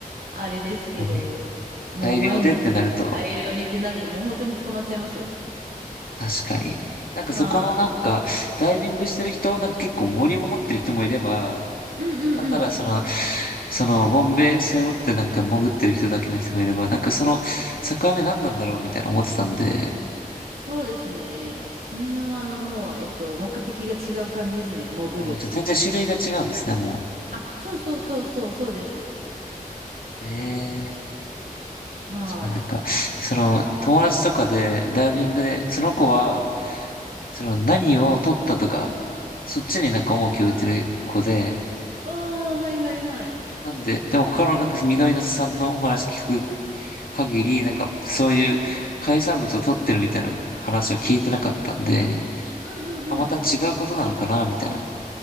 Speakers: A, on the right; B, on the left.
A: あれですけどもう毎日大量にってなるともう本当に捕まっちゃいますよ。
B: 確かに大量でってなると、確かに。なんかそこのなんか、
A: は
B: ダイビングしてる人、なんか結構森を持ってる人もいれば、
A: い。うんうんうん。
B: ただただその、その、ボンベ背負ってなんか潜ってる人だけの人もいれば、なんかその、境目何なんだろうみたいな思ってたんで、
A: そうですね。その辺はあのもうえっと目的が違う感じですね。潜る。
B: あ、もうちょっと全然種類が違うんですね、も
A: あ、そうそうそうそうそうです。
B: う。ええ
A: はい。
B: 確かになんか、その、友達とかで、ダイビングで、その子は、その、何を取ったとか、そっちになんか重きを置いてる子で、
A: ああ、はいはいはい。
B: なんで、でも他のなんか、緑のさんのお話聞く限り、なんか、そういう海産物を取ってるみたいな話は聞いてなかったんで、
A: うんうんうん。
B: あ、また違うことなのかなみたいな。